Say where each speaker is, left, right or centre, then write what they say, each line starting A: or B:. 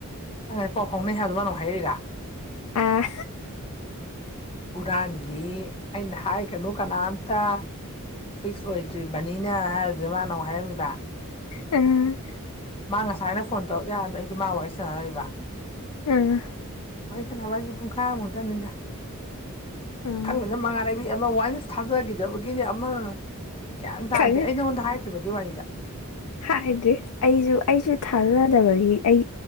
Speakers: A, on the left (about 25°); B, on the left (about 75°).
A: ꯑ ꯄꯥꯎ ꯐꯥꯎꯅꯩ ꯍꯥꯏꯗꯣ ꯃꯥꯅ ꯑꯃꯨꯛ ꯍꯥꯏꯔꯛꯏꯔ
B: ꯑꯥ
A: ꯍꯨꯔꯥꯟꯕꯤ ꯑꯩꯅ ꯍꯥꯏꯒꯅꯨ ꯀꯅꯥꯝꯇ ꯐꯤꯛꯁ ꯑꯣꯏꯗ꯭ꯔꯤꯕꯅꯤ ꯍꯥꯏꯕꯁꯦ ꯃꯥꯅ ꯑꯃꯨꯛ ꯍꯥꯏꯔꯝꯃꯤꯕ
B: ꯎꯝ
A: ꯃꯥ ꯉꯁꯥꯏꯅ ꯐꯣꯟ ꯇꯧꯔꯛ ꯌꯥꯗꯣ ꯑꯩꯁꯨ ꯃꯥ ꯋꯥꯔꯤ ꯁꯥꯟꯅ ꯂꯩꯕ
B: ꯑꯥ
A: ꯋꯥꯔꯤ ꯁꯥꯟꯅꯕ ꯍꯥꯏꯁꯦ ꯄꯨꯡꯈꯥꯏꯃꯨꯛꯇꯅꯤꯗ
B: ꯑꯥ
A: ꯈꯪꯗꯅ ꯃꯉꯥꯜꯂꯩꯕꯤ ꯑꯃ ꯋꯥꯏꯟꯁ ꯊꯥꯖꯈꯤꯗꯕꯒꯤꯅꯦ ꯑꯃ ꯒ꯭ꯌꯥꯟ ꯇꯥꯗꯦ
B: ꯈꯪꯉꯦ
A: ꯑꯩ ꯅꯉꯣꯟꯗ ꯍꯥꯏꯗ꯭ꯔꯤꯕꯗꯨ ꯋꯥꯔꯤꯗ
B: ꯍꯥꯏꯗ꯭ꯔꯤ ꯑꯩꯁꯨ ꯑꯩꯁꯨ ꯊꯥꯖꯗꯕꯒꯤ ꯑꯩ